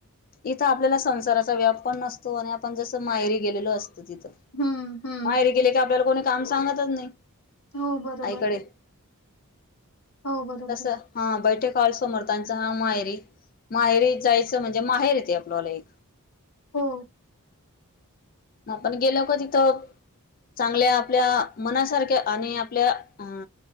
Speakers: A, on the left (about 40°); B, on the left (about 70°).
A: इथं आपल्याला संसाराचा व्याप पण नसतो आणि आपण जसं माहेरी गेलेलो अस तो तिथं.
B: हं, हं.
A: माहेरी गेले की, आपल्याला कोणी काम सांगतच नाही.
B: हो बरोबर.
A: आईकडे
B: हो, बरोबर.
A: तस हा बैठे कॉल समोर त्यांचा हा माहेरी. माहेरी जायचं म्हणजे ते माहेर एते आपलवाल एक.
B: हो.
A: आपण गेलो का तिथं चांगल्या आपल्या मनासारख्या आणि आपल्या अ